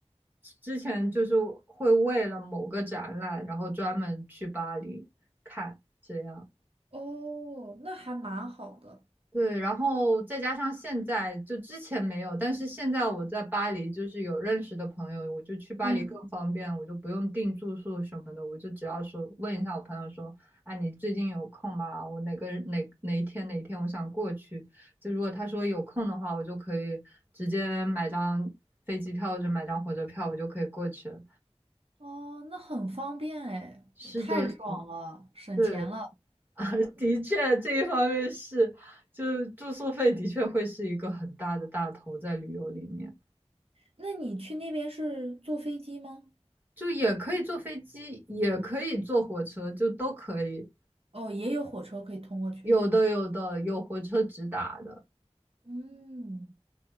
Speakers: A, on the right (about 15°); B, on the right (about 60°).
A: 之前就是会为了某个展览，然后专门去巴黎看，这样。
B: 哦，那还蛮好的。
A: 对，然后再加上现在，就之前没有，但是现在我在巴黎，就是有认识的朋友，我就去巴黎更方便，
B: 嗯，
A: 我就不用订住宿什么的，我就只要说问一下我朋友说，啊，你最近有空吗？我哪个哪哪一天哪一天我想过去，就如果他说有空的话，我就可以直接买张飞机票或者买张火车票，我就可以过去了。
B: 哦，那很方便哎，
A: 是的，
B: 太爽了，
A: 是，
B: 省钱了。
A: 对 <laughs> 的确，这一方面是，就是住宿费的确会是一个很大的大头在旅游里面，
B: 那你去那边是坐飞机吗？
A: 就也可以坐飞机，也可以坐火车，就都可以。
B: 哦，也有火车可以通过去。
A: 有的有的有火车直达的，
B: 嗯，